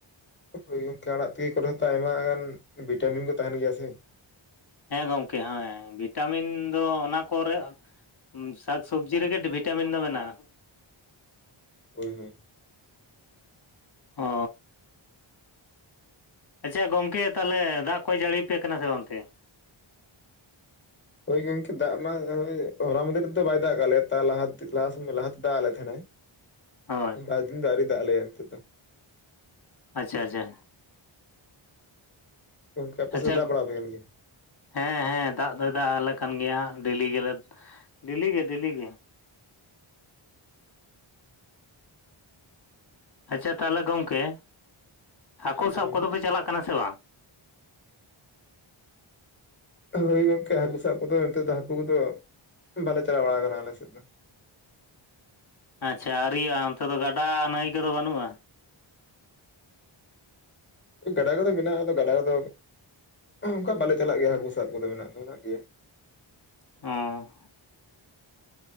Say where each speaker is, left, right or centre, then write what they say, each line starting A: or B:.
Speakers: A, on the left; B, on the left.
A: ᱦᱳᱭ ᱚᱱᱠᱟ ᱟᱲᱟᱜ ᱛᱤᱠᱤ ᱠᱚᱨᱮ ᱦᱚᱸᱛᱚ ᱟᱭᱢᱟ ᱜᱟᱱ ᱵᱷᱤᱴᱟᱢᱤᱱ ᱫᱚ ᱛᱟᱦᱮᱱ ᱜᱮᱭᱟ ᱥᱮ᱾
B: ᱦᱮᱸ ᱜᱚᱝᱠᱮ ᱦᱮᱸ ᱵᱷᱤᱴᱟᱢᱤᱱ ᱫᱚ ᱚᱱᱟ ᱠᱚᱨᱮ ᱥᱟᱠ ᱥᱚᱵᱽᱡᱤ ᱨᱮᱜᱮ ᱵᱷᱤᱴᱟᱢᱤᱱ ᱫᱚ ᱢᱮᱱᱟᱜᱼᱟ᱾
A: ᱦᱳᱭ ᱦᱳᱭ
B: ᱚ᱾ ᱟᱪᱪᱷᱟ ᱜᱚᱝᱠᱮ ᱛᱟᱞᱦᱮ ᱫᱟᱜ ᱠᱚᱭ ᱡᱟᱹᱲᱤ ᱯᱮ ᱠᱟᱱᱟ ᱥᱮᱵᱟᱝ ᱚᱱᱛᱮ?
A: ᱦᱳᱭ ᱜᱚᱝᱠᱮ ᱫᱟᱜ ᱢᱟ <unintelligible> ᱦᱚᱞᱟ ᱢᱟᱫᱷᱮᱨ ᱫᱚ ᱵᱟᱭ ᱫᱟᱜ ᱠᱟᱜ ᱞᱮᱭᱟ ᱛᱟᱨ ᱞᱟᱦᱟ ᱞᱟᱦᱟ ᱥᱮᱱ ᱞᱟᱦᱟᱛᱮ ᱫᱟᱜ ᱟ ᱞᱮ ᱛᱟᱦᱮᱱᱟᱭ᱾
B: ᱦᱳᱭ᱾
A: ᱵᱟᱨ ᱫᱤᱱ ᱫᱚ ᱟᱣᱨᱤ ᱫᱟᱜ ᱟᱞᱮᱭᱟᱭ ᱱᱤᱛᱚᱜ ᱫᱚ᱾
B: ᱟᱪᱪᱷᱟ ᱟᱪᱪᱷᱟ᱾
A: ᱜᱚᱝᱠᱮ ᱟᱯᱮ
B: ᱟᱪᱷᱟ
A: ᱥᱮᱫ ᱫᱟᱜ ᱵᱟᱲᱟ ᱟᱯᱮ ᱠᱟᱱ ᱜᱮᱭᱟ
B: ᱦᱮᱸ ᱦᱮᱸ ᱫᱟᱜ ᱫᱚᱭ ᱫᱟᱜ ᱟᱞᱮ ᱠᱟᱱ ᱜᱮᱭᱟ ᱰᱮᱞᱤ ᱜᱮᱞᱮ ᱰᱮᱞᱤ ᱜᱮ ᱰᱮᱞᱤ ᱜᱮ᱾ ᱟᱪᱪᱷᱟ ᱛᱟᱦᱞᱮ ᱜᱚᱝᱠᱮ ᱦᱟᱹᱠᱩ
A: ᱦᱳᱭ ᱞᱟᱹᱭ
B: ᱥᱟᱵ
A: ᱵᱤᱱ
B: ᱠᱚᱫᱚ ᱯᱮ ᱪᱟᱞᱟᱜ ᱠᱟᱱᱟ ᱥᱮ ᱵᱟᱝ?
A: ᱦᱳᱭ ᱜᱚᱝᱠᱮ ᱦᱟᱹᱠᱩ ᱥᱟᱵ ᱠᱚᱫᱚ ᱱᱤᱛᱚᱜ ᱫᱚ ᱦᱟᱠᱩ ᱠᱚᱫᱚ ᱵᱟᱞᱮ ᱪᱟᱞᱟᱣ ᱵᱟᱲᱟᱣ ᱠᱟᱱᱟ ᱟᱞᱮ ᱥᱮᱫ ᱫᱚ᱾
B: ᱟᱪᱪᱷᱟ ᱟᱨ ᱤᱭᱟᱹ ᱚᱱᱛᱮ ᱫᱚ ᱜᱟᱰᱟ ᱱᱟᱹᱭ ᱠᱚᱫᱚ ᱵᱟᱹᱱᱩᱜᱼᱟ?
A: ᱜᱟᱰᱟ ᱠᱚᱫᱚ ᱢᱮᱱᱟᱜᱼᱟ ᱟᱫᱚ ᱜᱟᱰᱟ ᱠᱚᱫᱚ ᱚᱝᱠᱟ ᱵᱟᱞᱮ ᱪᱟᱞᱟᱜ ᱜᱮᱭᱟ ᱦᱟᱹᱠᱩ ᱥᱟᱵ ᱠᱚᱫᱚ ᱢᱮᱱᱟᱜ ᱫᱚ ᱢᱮᱱᱟᱜ ᱜᱮᱭᱟ᱾
B: ᱚᱸ᱾